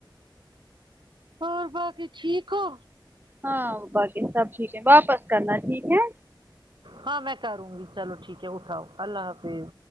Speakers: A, on the right; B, on the right.
A: اور باقی ٹھیک ہو
B: ہاں باقی سب ٹھیک ہے واپس کرنا ٹھیک ہے
A: ہاں میں کروں گی چلو ٹھیک ہے اٹھاؤ اللہ حافظ